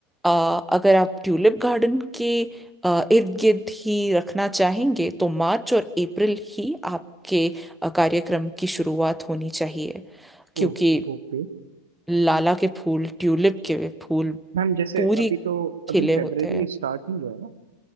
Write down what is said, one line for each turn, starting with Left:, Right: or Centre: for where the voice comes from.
Centre: आ, अगर आप ट्यूलिप गार्डन के इर्द गिर्द ही रखना चाहेंगे तो मार्च और अप्रैल ही आपके आ, कार्यक्रम की शुरुआत होनी चाहिए क्योंकि
Right: ओ ओके
Centre: लाला के फूल ट्यूलिप के फूल
Right: मैम जैसे
Centre: पूरी
Right: अभी तो अभी
Centre: खिले
Right: फेब्रवरी
Centre: होते हैं
Right: स्टार्ट ही हुआ है ना